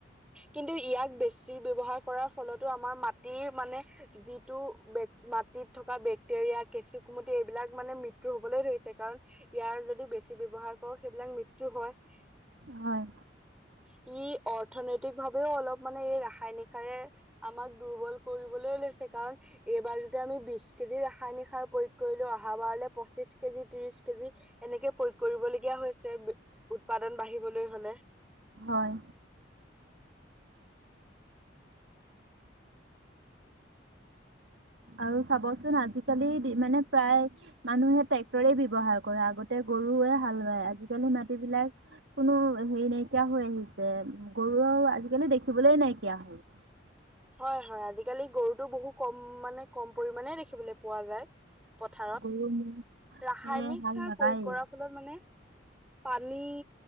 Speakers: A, in the centre; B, on the right.
A: কিন্তু ইয়াক বেছি ব্যৱহাৰ কৰাৰ ফলতো আমাৰ মাটিৰ মানে। যিটো মাটিত থকা বেক্টেৰিয়া কেচু কুমটি এইবিলাক মানে মৃত্যু হবলৈ ধৰিছে কাৰণ ইয়াৰ যদি বেছি ব্যৱহাৰ কৰ সেইবিলাক মৃত্যু হয়।
B: হয়।
A: ই অৰ্থনৈতিক ভাৱেও অলপ মানে এই ৰাসায়নিক কাৰে আমাক দুৰ্বল কৰিবলৈ লৈছে কাৰণ এইবাৰ যদি আমি বিশ কেজি ৰাসায়নিক সাৰ প্ৰয়োগ কৰিলো অহা বাৰলে পঁচিশ কেজি ত্ৰিশ কেজি এনেকে প্ৰয়োগ কৰিবলগীয়া হৈছে উৎপাদন বাঢ়িবলৈ হলে।
B: হয়। আৰু চাৱচোন আজিকালি দি মানে প্ৰায় মানুহে ট্ৰেক্টৰেই ব্যৱহাৰ কৰে আগতে গৰুৱে হালবায় আজিকালি মাটিবিলাক কোনো হেৰি নাইকিয়া হৈ আহিছে গৰু আৰু আজিকালি দেখিবলৈ নাইকিয়া হল।
A: হয় হয় আজিকালি গৰুটো বহু কম মানে কম পৰিমানে দেখিবলৈ পোৱা যায়। পথাৰত
B: গৰু ম'হে
A: ৰাসায়নিক
B: হাল
A: সাৰ
B: নাবায়েই
A: প্ৰয়োগ কৰা ফলত মানে পানী